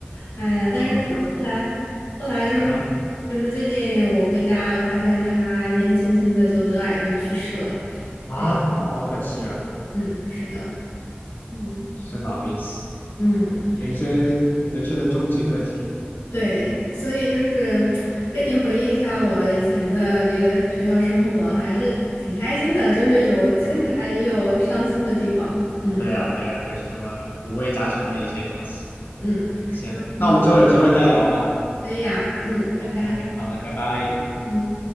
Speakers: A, on the left; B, on the left.
A: 哎呀，但是后来
B: 啊，就
A: 后来就是
B: 啊哈
A: 就是最近我回家，我发现他年纪轻轻的就得癌症去世了，
B: 啊，
A: 还是
B: 哦，好可惜啊。
A: 嗯是的，嗯。
B: 生老病死，
A: 嗯。
B: 人生人生的终极课题。
A: 对，所以就是跟你回忆一下我以前的这个学校生活，还是挺开心的，就是有精彩，
B: 嗯，
A: 也有伤心的地方。嗯
B: 对呀，对呀，就是这么五味杂陈的一些东西。
A: 嗯，
B: 行，
A: 嗯，
B: 那我们之后有机会再聊吧。
A: 可以呀，嗯，拜拜。
B: OK OK，好的，拜拜。
A: 嗯。